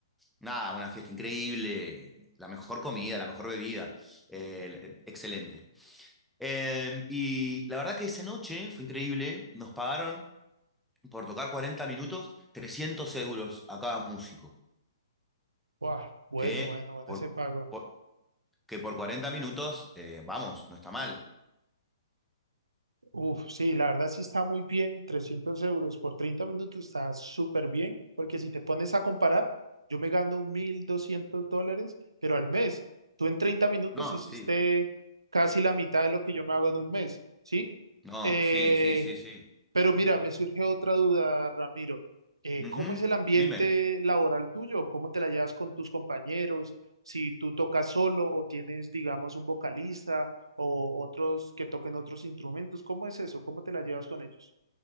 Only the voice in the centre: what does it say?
Nada, una fiesta increíble, la mejor comida, la mejor bebida, eh, excelente. Eh, y la verdad que esa noche fue increíble, nos pagaron por tocar 40 minutos 300 euros a cada músico.
que
por,
por- que por 40 minutos, eh, vamos, no está mal.
No,
sí.
No,
sí, sí, sí, sí.
Ujú,
Dime.